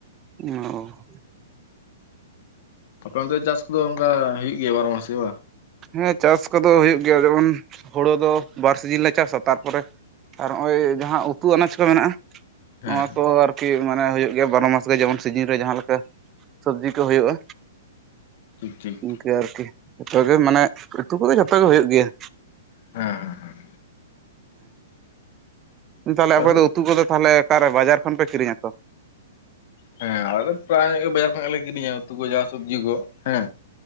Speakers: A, on the right; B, on the left.
A: ᱚ
B: ᱟᱯᱮ ᱚᱱ ᱛᱮ ᱪᱟᱥ ᱠᱚᱫᱚ ᱚᱱᱠᱟ ᱦᱩᱭᱩᱜ ᱜᱮᱭᱟ ᱵᱟᱨᱚ ᱢᱟᱥ ᱜᱮ ᱵᱟᱝ
A: ᱦᱮᱸ ᱪᱟᱥ ᱠᱚᱫᱚ ᱦᱩᱭᱩᱜ ᱜᱮᱭᱟ ᱡᱮᱢᱚᱱ ᱦᱩᱲᱳ ᱫᱚ ᱵᱟᱨ ᱥᱤᱡᱤᱱ ᱞᱮ ᱪᱟᱥᱟ ᱛᱟᱨᱯᱚᱨᱮ ᱟᱨ ᱱᱚᱜᱼᱚᱭ ᱡᱟᱦᱟᱸ ᱩᱛᱩ ᱟᱱᱟᱡ ᱠᱚ ᱢᱮᱱᱟᱜᱼᱟ
B: ᱦᱮᱸ
A: ᱱᱚᱣᱟ
B: ᱦᱮᱸ
A: ᱠᱚ ᱟᱨ ᱠᱤ ᱢᱟᱱᱮ ᱦᱩᱭᱩᱜ ᱜᱮᱭᱟ ᱵᱟᱨᱚ ᱢᱟᱥ ᱜᱮ ᱡᱮᱢᱚᱱ ᱥᱤᱡᱤᱱ ᱨᱮ ᱡᱟᱦᱟᱸᱮ ᱞᱮᱠᱟ ᱥᱚᱵᱽᱡᱤ ᱠᱚ ᱦᱩᱭᱩᱜᱼᱟ
B: ᱴᱷᱤᱠ ᱴᱷᱤᱠ
A: ᱤᱱᱠᱟᱹ ᱟᱨᱠᱤ ᱡᱚᱛᱚ ᱜᱮ ᱢᱟᱱᱮ ᱩᱛᱩ ᱠᱚᱫᱚ ᱡᱚᱛᱚ ᱜᱮ ᱦᱩᱭᱩᱜ ᱜᱮᱭᱟ
B: ᱦᱮᱸ ᱦᱮᱸ ᱦᱮᱸ
A: ᱦᱮᱸ ᱛᱟᱦᱚᱞᱮ
B: ᱟᱞᱮ
A: ᱟᱯᱮ
B: ᱥᱮᱫ
A: ᱫᱚ ᱩᱛᱩ ᱠᱚᱫᱚ ᱛᱟᱦᱚᱞᱮ ᱚᱠᱟᱨᱮ ᱵᱟᱡᱟᱨ ᱠᱷᱚᱱ ᱯᱮ ᱠᱤᱨᱤᱧᱟ ᱛᱚ
B: ᱦᱮᱸ ᱟᱞᱮ ᱯᱨᱟᱭ ᱧᱚᱜ ᱜᱮ ᱵᱟᱡᱟᱨ ᱠᱷᱚᱱᱟᱜ ᱜᱮᱞᱮ ᱠᱤᱨᱤᱧᱟ ᱩᱛᱩ ᱠᱚ ᱡᱟ ᱥᱚᱵᱽᱡᱤ ᱠᱚ ᱦᱮᱸ